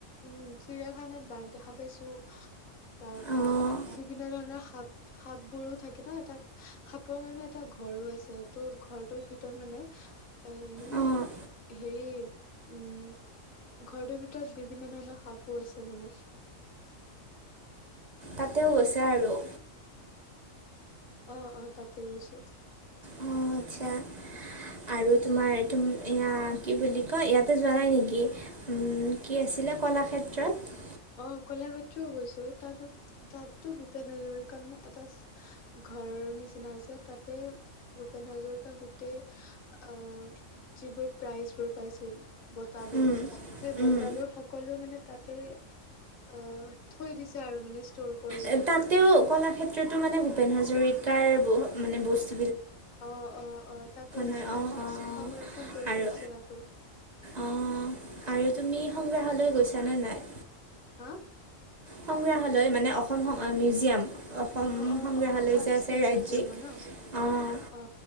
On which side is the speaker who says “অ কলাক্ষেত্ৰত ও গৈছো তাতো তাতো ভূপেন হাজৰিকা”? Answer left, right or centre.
Left